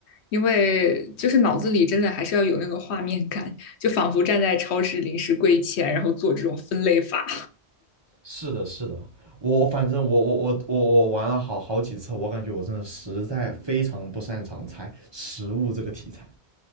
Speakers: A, on the left; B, on the right.
A: 因为就是脑子里真的还是要有那个画面感，就仿佛站在超市零食柜前，然后做这种分类法。
B: 是的，是的，我反正我我我我我玩了好好几次，我感觉我真的实在非常不擅长猜食物这个题材。